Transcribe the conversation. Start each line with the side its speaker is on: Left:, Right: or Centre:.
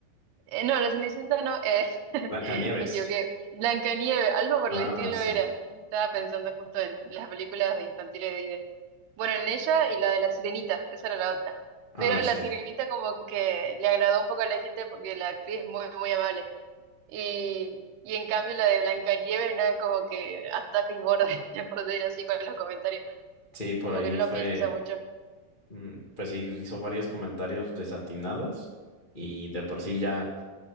Right: Eh, no, la Cenicienta no, eh, <laughs>
Left: Blancanieves.
Right: me equivoqué. Blancanieves, algo por
Left: Ah,
Right: el estilo
Left: sí.
Right: era. Estaba pensando justo en las películas de infantiles de Disney. Bueno, en ella y la de la Sirenita, esa era la otra.
Left: Ah,
Right: Pero
Left: sí.
Right: la Sirenita como que le agradó un poco a la gente porque la actriz es muy, muy amable. Y, y en cambio la de Blancanieves no es como que ataca y morde, <laughs> por decir así, con los comentarios.
Left: Sí, por
Right: Como
Left: ahí
Right: que no lo
Left: fue,
Right: piensa mucho.
Left: mm, pues sí, hizo varios comentarios desatinados y de por sí ya